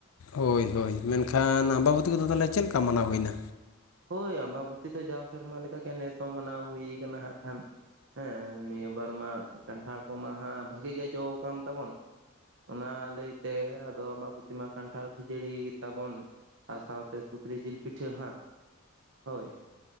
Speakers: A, on the left; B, on the right.
A: ᱦᱳᱭ ᱦᱳᱭ ᱢᱮᱱᱠᱷᱟᱱ ᱟᱢᱵᱟᱵᱚᱛᱤ ᱠᱚᱫᱚ ᱛᱟᱦᱚᱞᱮ ᱪᱮᱫ ᱞᱮᱠᱟ ᱢᱟᱱᱟᱣ ᱦᱩᱭᱱᱟ?
B: ᱦᱳᱭ ᱟᱢᱵᱟᱵᱚᱛᱤ ᱫᱚ ᱡᱟᱣ ᱥᱮᱨᱢᱟ ᱞᱮᱠᱟᱜᱮ ᱱᱮᱥ ᱦᱚᱸ ᱢᱟᱱᱟᱣ ᱦᱩᱭ ᱠᱟᱱᱟ ᱦᱟᱸᱜ ᱠᱷᱟᱱ᱾ ᱦᱮᱸ ᱱᱤᱭᱟᱹ ᱵᱟᱨ ᱢᱟ ᱠᱟᱱᱴᱷᱟᱲ ᱠᱚᱢᱟ ᱦᱟᱸᱜ ᱵᱷᱟᱜᱤ ᱜᱮ ᱡᱚᱮ ᱠᱟᱱ ᱛᱟᱵᱚᱱ? ᱚᱱᱟ ᱞᱟᱹᱭᱛᱮ ᱟᱫᱚ ᱟᱢᱵᱟ ᱯᱚᱛᱤ ᱢᱟ ᱠᱟᱱᱴᱷᱟᱲ ᱠᱷᱟᱹᱡᱟᱹᱲᱤ ᱜᱮ ᱛᱟᱵᱚᱱ ᱟᱨ ᱥᱟᱶᱛᱮ ᱥᱩᱠᱨᱤ ᱡᱤᱞ ᱯᱤᱴᱷᱟᱹ ᱦᱟᱸᱜ ᱦᱳᱭ᱾